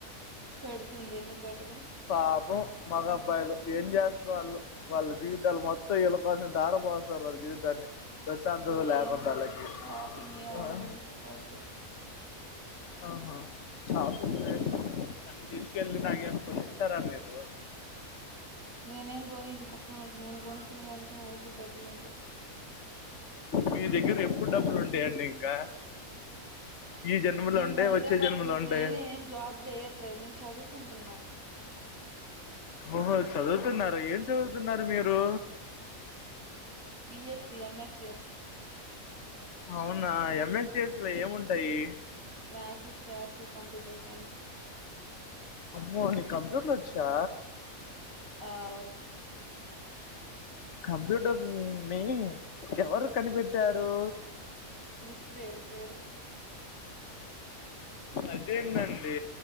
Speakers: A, on the right; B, on the left.
A: పెడుతుంది ఎందుకు పెట్టదు
B: పాపం మగ అబ్బాయిలు ఏం చేస్తారు వాళ్ళు వాళ్ళ జీవితాలు మొత్తం వీళ్ళ కోసం ధార పోస్తారు వాళ్ళ జీవితాన్ని ప్రశాంతత
A: ఏమి
B: లేకుండా
A: లేదు
B: వాళ్ళకి
A: షాపింగ్ ఏమి
B: ఆహా,
A: అంత ఉండదు ఓకే
B: ఆహా షాపుకే
A: ఉమ్
B: నను తీసుకేళ్ళి నాగ్ ఏమన్నా కోనితారా మీరు
A: నీనేం గోనియన్ పక్కన వాళ్ళకి నేను కొనుక్కునే దానికి నా దగ్గ డబ్బులు ఉండవ్.
B: మీ దగ్గర ఎప్పుడు డబ్బులు ఉంటాయండి ఇంకా ఈ జన్మలో
A: నేను
B: ఉంటాయి
A: హైద్రాబాద్కి
B: వచ్చే జన్మలో
A: వచ్చింది.
B: ఉంటాయి
A: నేనేం జాబ్ జేయట్లేదు నేను చదువుకుంటున్నా
B: ఓహో చదువుతున్నారా, ఏం చదువుతున్నారు మీరు.
A: బిఏసీ ఏమ్ ఏస్ సి ఎస్.
B: అవునా ఏమ్ ఏస్ సి ఏస్ లో ఏముంటాయి.
A: Maths, stats, computer science.
B: అమ్మో నీకు కంప్యూటర్ ఓచ్చా.
A: ఆ వచ్చు
B: కంప్యూటర్ ని ఎవరు కనిపెట్టారు.
A: గుర్తులేదు పేరు.
B: అదేంటండి